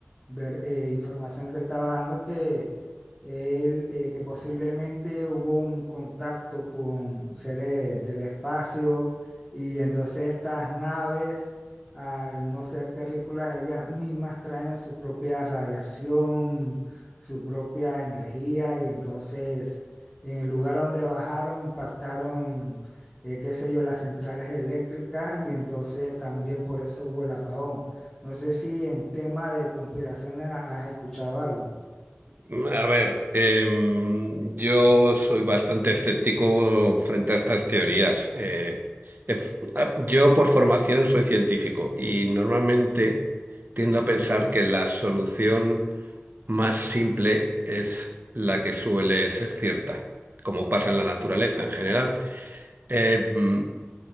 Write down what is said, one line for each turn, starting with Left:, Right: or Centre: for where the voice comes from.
Centre: ver- eh, información que él estaba dando, que, él, eh, que posiblemente hubo un contacto con seres del espacio y entonces estas naves, al no ser terrícolas, ellas mismas traen su propia radiación, su propia energía y entonces en el lugar donde bajaron impactaron, eh, qué sé yo, las centrales eléctricas y entonces también por eso hubo el apagón. No sé si en tema de conspiraciones ha- has escuchado algo.
Right: Mm, A ver, em, yo soy bastante escéptico frente a estas teorías. Eh, ef- ah, yo por formación soy científico y normalmente tiendo a pensar que la solución más simple es la que suele ser cierta, como pasa en la naturaleza en general. Em,